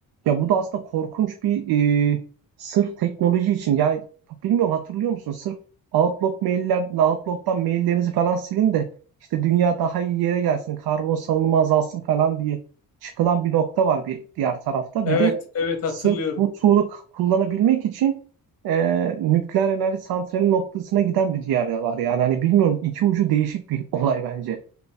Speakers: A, on the right; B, on the left.
A: Ya bu da aslında korkunç bir e, sırf teknoloji için yani bilmiyorum hatırlıyor musun? Sırf Outlook mailler, Outlook'tan maillerinizi falan silin de işte dünya daha iyi yere gelsin, karbon salınımı azalsın falan diye çıkılan bir nokta var bir diğer tarafta.
B: Evet,
A: Bir de
B: evet
A: sırf
B: hatırlıyorum.
A: bu tool'u k- kullanabilmek için e, nükleer enerji santrali noktasına giden bir diğer de var. Yani hani bilmiyorum iki ucu değişik bir <laughs> olay bence.